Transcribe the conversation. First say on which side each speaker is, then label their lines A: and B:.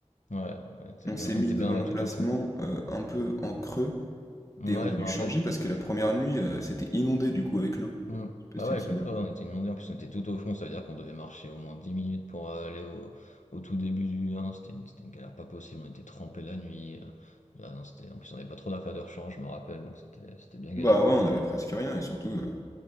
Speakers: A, on the left; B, on the left.
A: Ouais, on était
B: On
A: bien,
B: s'est mis
A: on était
B: dans
A: bien
B: un
A: bah,
B: emplacement
A: tout au fond.
B: euh, un peu en creux
A: Ouais,
B: Et on a dû
A: je me rappelle.
B: changer parce que la première nuit, euh, c'était inondé du coup avec l'eau.
A: Hmm.
B: Je sais pas
A: Bah
B: si
A: ouais,
B: tu
A: avec
B: te souviens.
A: le creux, on était inondés. En plus, on était tout au fond, ça veut dire qu'on devait marcher au moins 10 minutes pour euh, aller au, au tout début du 1. C'était une, c'était une galère pas possible. On était trempés la nuit. euh. Ah non, c'était, en plus, on n'avait pas trop d'affaires de rechange, je me rappelle. Donc, c'était c'était bien galère
B: Bah
A: quand
B: ouais, on
A: même.
B: avait presque rien et surtout, euh,